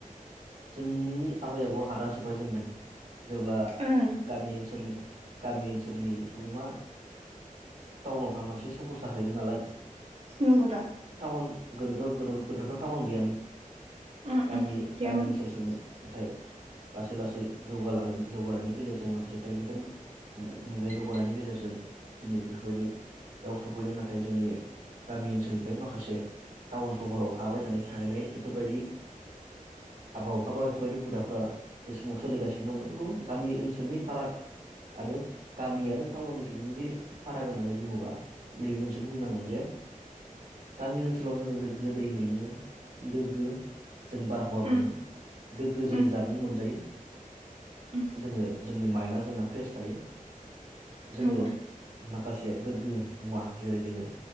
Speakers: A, on the right; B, on the right.
A: जोंनि आबै आबौ हादान सेफायजेनदों। जेब्ला
B: ओं
A: गामि ओनसोलनि गामि ओनसोलनि सुबुङा टाउनाव थांनासो सहर जाहैदों नालाय।
B: नंग' दा।
A: उन गोदोथ' गोदो-गोदोथ' टाउन गैयामोन।
B: उम
A: गामि
B: उम गैयामोन
A: गामि ओनसोलसोमोन। नाथाय
B: <inaudible>
A: लासै लासै जौगालांनाय जौगानायनि गेजेरजों माखासे टेकनिकेल मु-मुगाया जौगानायनि गेजेरजों दिनै बेफोरबायदियाव सफैदों नाथाय जोंनि गामि ओनसोलनिफ्राय मा खासे टाउन सहराव हा बायनानै थाहैनाय एफोरबायदि
B: <unintelligible>
A: हाबा हुखाबा बेफोरबायदि हुदाफोरा बे समाव सोलिगासिनो दंमोन। नंगौ गामि ओनसोलनि फाराग आरो गामि आरो टाउननि जुथुनाखि फाराग होननानै बुङोबा नैबे मोनसेखौ बुंनांगोन जे
B: <unintelligible>
A: गामि ओनसोलाव जोङो गोग्गो दै मोनलोङो, गोग्गो। जों बारहावा
B: उम
A: मोनो गोग्गो जों
B: उम
A: जामुं मोनजायो।
B: उम
A: जोङो जोंनि माइन्डआ जोंना फ्रेस थायो। जोङो
B: नंगौ
A: माखासे गोग्गो मुवा जेरै जोङो